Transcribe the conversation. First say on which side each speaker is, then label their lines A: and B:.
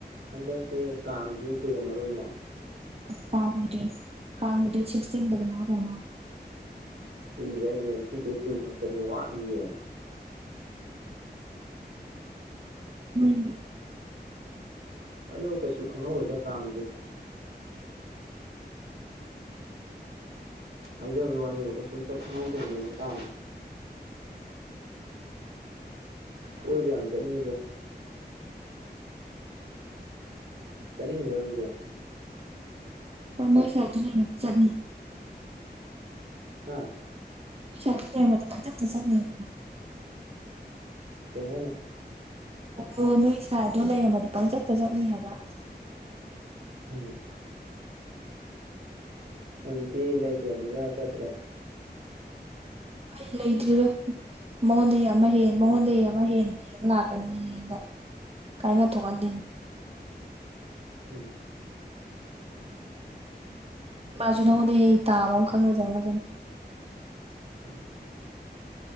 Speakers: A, on the right (about 80°); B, on the right (about 35°).
A: ꯍꯟꯗꯛꯁꯦ ꯀꯥꯡꯁꯨ ꯀꯨꯏꯔꯝꯃꯔꯣꯏꯅꯦ
B: ꯀꯥꯃꯇꯦ ꯀꯥꯃꯇꯦ ꯆ ꯌꯥꯅꯣ
A: ꯀꯨꯏꯗ꯭ꯔꯦ ꯍꯥꯏꯁꯦ ꯉꯁꯤ ꯗꯦꯠ ꯇꯨ ꯈꯛꯇꯅꯦ ꯋꯥꯠꯂꯤꯌꯦꯦ
B: ꯍꯝ
A: ꯑꯗꯣ ꯀꯩꯁꯨ ꯈꯪꯍꯧꯔꯣꯏꯗ ꯀꯥꯡꯁꯦ ꯍꯥꯏꯖꯕꯩ ꯋꯥꯅꯦꯕ ꯀꯩꯁꯨꯝꯇ ꯈꯪꯍꯧꯗꯕꯅꯦꯕ ꯀꯥ ꯀꯣꯏꯕ ꯌꯥꯝ ꯆꯠꯅꯤꯡꯉꯤꯕꯣ ꯆꯅꯤ ꯂꯔꯗꯦ
B: ꯄꯁ ꯆ
A: ꯍꯥꯥ
B: <unintelligible>
A: ꯀꯩ ꯍꯥꯏꯅ
B: ꯑꯣ ꯅꯣꯏ ꯏꯁꯥꯗꯣ ꯂꯩꯔꯝꯃꯗꯤ ꯄꯪꯆꯠꯇ ꯆꯠꯅꯤ ꯍꯥꯏꯕ
A: ꯎꯝ ꯍꯧꯖꯤꯛꯇꯤ ꯂꯩꯇ꯭ꯔꯕꯅꯤꯅ ꯆꯠꯇ꯭ꯔꯦ
B: ꯑꯩ ꯂꯩꯗ꯭ꯔꯤꯗꯣ ꯃꯉꯣꯟꯗꯩ ꯑꯃ ꯍꯦꯟ ꯃꯉꯣꯟꯗꯒꯤꯩ ꯑꯃ ꯍꯦꯟ ꯍꯟꯅ ꯂꯥꯛꯀꯅꯤꯅ ꯀꯥꯏꯅ ꯊꯣꯛꯍꯜꯂꯤꯅꯤ
A: ꯎꯝ
B: ꯃꯥꯁꯨ ꯅꯉꯣꯟꯗ ꯑꯩ ꯇꯥꯕ ꯑꯃ ꯈꯪꯅꯖꯦ ꯑꯗꯨ
A: <unintelligible>